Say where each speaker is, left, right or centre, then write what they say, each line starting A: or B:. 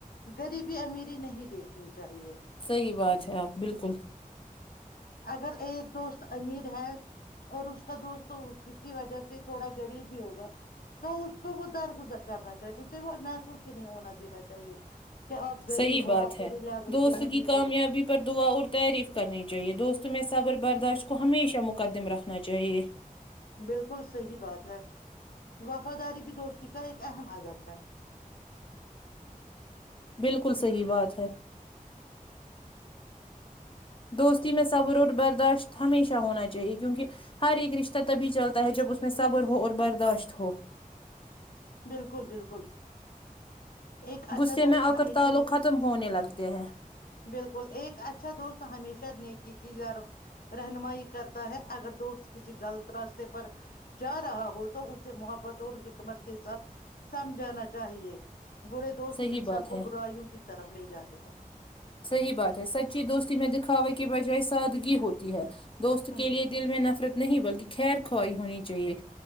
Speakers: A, on the left; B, on the left.
A: غریبی امیری نہیں دیکھنی چاہیے
B: صحی بات ہے آپ بالکل
A: اگر ایک دوست امیر ہے اور اس کا دوست کسی وجہ سے تھوڑا غریب بھی ہوگا تو اس کو وہ درگزر کرنا چاہیے اسے وہ محسوس ہی نہیں ہونا دینا چاہیے کہ آپ غریب
B: صحیح بات
A: ہو آپ میرے
B: ہے
A: لیول
B: دوست
A: کے نہیں
B: کی کامیابی
A: ہو
B: پر دعا اور تعریف کرنی چاہیے دوست تمیں صبر برداشت کو ہمیشہ مقدم رکھنا چاہیے
A: بالکل صحیح بات ہے وفاداری بھی دوستی کا ایک اہم ادب ہے
B: بالکل صحیح بات ہے دوستی میں صبر اور برداشت ہمیشہ ہونا چاہیے کیونکہ ہر ایک رشتہ تبھی چلتا ہے جب اس میں صبر ہو اور برداشت ہو
A: بالکل بالکل ایک اچھا
B: غصے
A: دوست
B: میں آ
A: ہمیشہ
B: کر تعلق ختم ہونے لگتے ہیں
A: بالکل ایک اچھا دوست ہمیشہ نیکی رہنمائی کرتا ہے اگر دوست کسی غلط راستے پر جا رہا ہو تو اسے محبت اور حکمت کے ساتھ سمجھانا چاہیے برے دوست
B: صحیح
A: انسان
B: بات
A: کو
B: ہے
A: برائی وں کی طرف لے جاتے ہیں
B: صحیح بات ہے سچی دوستی میں دکھاوے کے بجائے سادگی ہوتی ہے دوست
A: ہوں
B: کے لیے دل میں نفرت نہیں بلکہ خیر کھوائی ہونی چاہیے